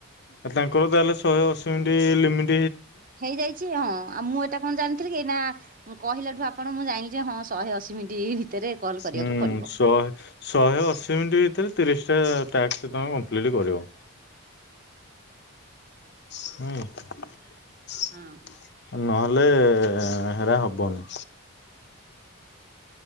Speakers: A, on the left (about 50°); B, on the right (about 40°).
A: ଆ ତାଙ୍କର ତାହେଲେ ଶହେ ଅଶି ମିନିଟି ଲମିଟି
B: ହେଇଯାଇଛି ହଁ ଆଉ ମୁଁ ଏଟା କଣ ଜାଣିଥିଲି କି ଏଇନା ମୁଁ କହିଲା ଠୁ ଆପଣ ମୁଁ ଜାଇଁଲି ଯେ ହଁ ଶହେ ଅଶୀ ମିନିଟ୍ ଏହି ଭିତରେ କଲ୍ କରିବାକୁ
A: ହୁଁ
B: ପଡିବ।
A: ଶଏ ଶହେ ଅଶୀ ମିନିଟ୍ ଭିତରେ ତିରିଶ୍ ଟା ଟାସ୍କ ତମେ କମ୍ପ୍ଲିଟ୍ କରିବ। ହୁଁ।
B: ହଁ।
A: ନହେଲେ ହେରା ହବନି।